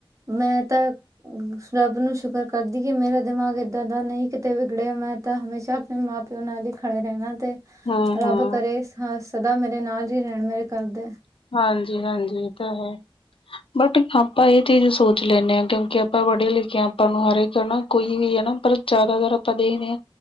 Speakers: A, on the right; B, on the left.
A: ਮੈਂ ਤਾਂ ਉਸ ਰੱਬ ਨੂੰ ਸ਼ੁਕਰ ਕਰਦ ਦੀ ਕਿ ਮੇਰਾ ਦਿਮਾਗ ਇੱਦਾਂ ਦਾ ਨਹੀਂ ਕਿਤੇ ਵਿਗੜਿਆ, ਮੈਂ ਤਾਂ ਹਮੇਸ਼ਾ ਆਪਣੇ ਮਾਂ ਪਿਓ ਨਾਲ ਹੀ ਖੜੇ ਰਹਿਣਾ ਤੇ
B: ਹਾਂਜੀ
A: ਰੱਬ ਕਰੇ ਹਾਂ ਸਦਾ ਮੇਰੇ ਨਾਲ ਹੀ ਰਹਿਣ ਮੇਰੇ ਘਰ ਦੇ।
B: ਹਾਂਜੀ-ਹਾਂਜੀ, ਏ ਤੇ ਹੈ। ਬਟ, ਆਪਾਂ ਇਹ ਚੀਜ਼ ਸੋਚ ਲੈਂਨੇ ਆਂ ਕਿਉਂਕਿ ਆਪਾਂ ਪੜ੍ਹੇ ਲਿਖੇ ਹਾਂ, ਆਪਾਂ ਨੂੰ ਹਰ ਇੱਕ ਨਾ ਕੋਈ ਵੀ ਹਨਾ ਪਰ ਜਾਦਾਤਰ ਅਪਾਂ ਦੇਖਨੇ ਆਂ